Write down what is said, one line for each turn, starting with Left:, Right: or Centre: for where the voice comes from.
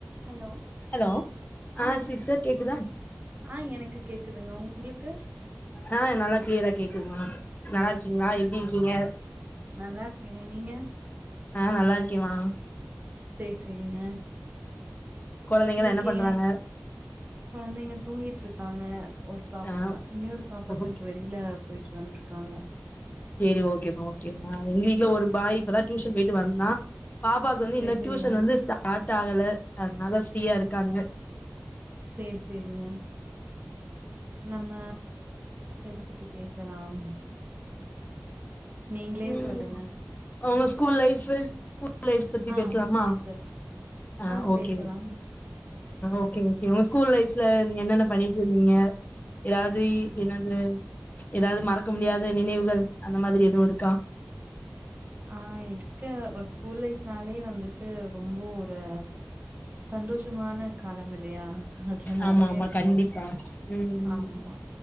Right: ஹலோ
Left: ஹலோ
Right: ஆ
Left: சிஸ்டர் கேக்குதா
Right: ஆ எனக்கு கேக்குதுங்க உங்ளுக்கு
Left: ஆ நல்லா க்ளியரா கேக்குது மா நல்லாருக்கீங்ளா எப்டி இருக்கீங்க
Right: நல்லாருக்கேங்க நீங்க
Left: ஆ நல்லா இருக்கேமா
Right: சே சேரிங்க
Left: கொழந்தைங்களா
Right: இன்னைக்கு
Left: என்ன பண்றாங்க
Right: கொழந்தைங்க தூங்கிட்ருக்காங்க ஒரு பாப்பா
Left: ஆ
Right: இன்னொரு பாப்பா
Left: ஓகே
Right: கொஞ்ச வெளில போயிட்டு வந்ருக்காங்க
Left: சேரி ஓகேமா ஓகேமா எங்க வீட்ல ஒரு பாய் இப்பதா டியூஷன் போயிட்டு வந்தா பாப்பாக்கு வந்து
Right: சேரி
Left: இன்னு
Right: சேரிங்க
Left: டியூஷன் வந்து ஸ்டார்ட் ஆகல அதனால ஃப்ரீயாருக் கண்ணு
Right: சேர் சேரிங்க நம்ம எத பத்தி பேசலாம் நீங்களே
Left: ம்
Right: சொல்லுங்க
Left: உங்க ஸ்கூல் லைஃப்பு ப்லேஸ் பத்தி
Right: ஆ
Left: பேசலாமா
Right: பேசலா
Left: ஆஹ்
Right: ஆ
Left: ஓகே
Right: பேசலாம்
Left: ஓகே உங்க ஸ்கூல் லைஃப் ல என்னன்ன பண்ணிட்டு இருந்தீங்க ஏதாவது என்னது ஏதாவது மறக்க முடியாத நினைவு அந்த மாதிரி எதுவும் இருக்கா
Right: ஆஹ் இருக்கு ஒரு ஸ்கூல் லைஃப்னாலே வந்துட்டு ரொம்ப ஒரு சந்தோஷமான காலமில்லையா அதுல நிறைய
Left: ஆமா ஆமா
Right: இருக்கும்
Left: கண்டிப்பா ம்
Right: ஆமா